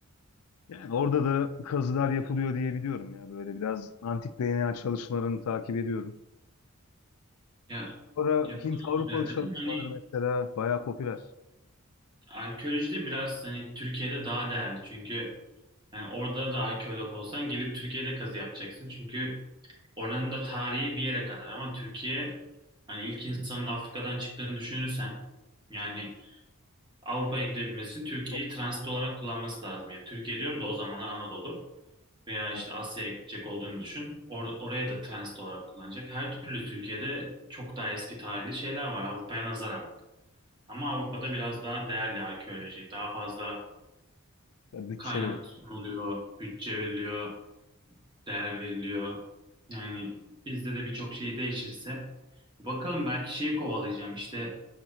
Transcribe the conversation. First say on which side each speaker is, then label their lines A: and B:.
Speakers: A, on the left; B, on the right.
A: Yani orada da kazılar yapılıyor diye biliyorum ya böyle biraz antik DNA çalışmalarını takip ediyorum.
B: Ya
A: Sonra
B: yapılıyor
A: Hint Avrupalı
B: elbette
A: çalışmaları
B: ama hani
A: mesela bayağı popüler.
B: Arkeolojide biraz hani Türkiye'de daha değerli çünkü yani orada da arkeolog olsan gelip Türkiye'de kazı yapacaksın çünkü oranın da tarihi bir yere kadar ama Türkiye hani ilk insanın Afrika'dan çıktığını düşünürsen yani Avrupa'ya gidebilmesi için Türkiye'yi
A: Çok.
B: transit olarak kullanması lazım. Ya Türkiye diyorum da o zamanlar Anadolu veya
A: Ha,
B: işte Asya'ya gidecek olduğunu düşün. Or- oraya da transit olarak kullanacak. Her türlü Türkiye'de çok daha eski tarihli şeyler var Avrupa'ya nazaran. Ama Avrupa'da biraz daha değerli arkeoloji, daha fazla
A: Bütçeleri.
B: kaynak sunuluyor, bütçe veriliyor, değer veriliyor. Yani bizde de birçok şey değişirse bakalım belki şeyi kovalayacağım. İşte